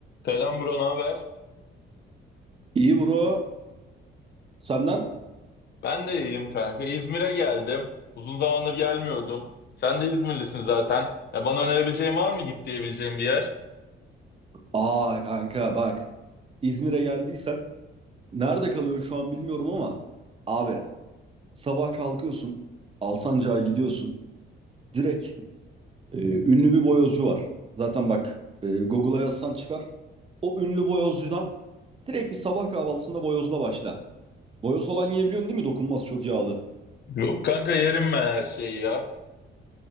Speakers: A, on the left (about 55°); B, on the right (about 30°).
A: Selam bro, ne haber?
B: İyi bro. Senden?
A: Ben de iyiyim kanka. İzmir'e geldim. Uzun zamandır gelmiyordum. Sen de İzmirlisin zaten. Ya bana önerebileceğin var mı git diyebileceğim bir yer?
B: Aa kanka bak. İzmir'e geldiysen nerede kalıyorsun şu an bilmiyorum ama abi sabah kalkıyorsun Alsancak'a gidiyorsun. Direkt e, ünlü bir boyozcu var. Zaten bak e, Google'a yazsan çıkar. O ünlü boyozcudan direkt bir sabah kahvaltısında boyozla başla. Boyoz olan yiyebiliyorsun değil mi? Dokunmaz çok yağlı.
A: Yok kanka yerim ben her şeyi ya.